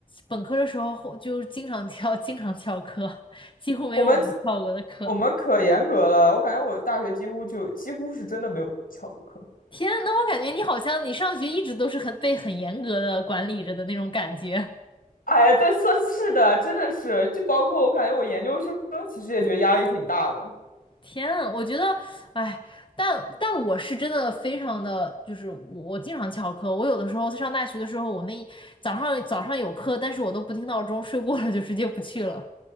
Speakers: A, on the left; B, on the left.
A: 本科的时候后就是经常翘，经常翘课，几乎没有我没翘过的课。
B: 我们我们可严格了，我感觉我大学几乎就几乎是真的没有翘过课。
A: 天呐，那我感觉你好像你上学一直都是很被很严格的管理着的那种感觉。
B: 哎，对，是是的，真的是，就包括我感觉我研究生其实也觉得压力挺大的。
A: 天啊，我觉得，哎，但但我是真的非常的，就是我我经常翘课，我有的时候上大学的时候，我那一早上早上有课，但是我都不听闹钟，睡过了就直接不去了。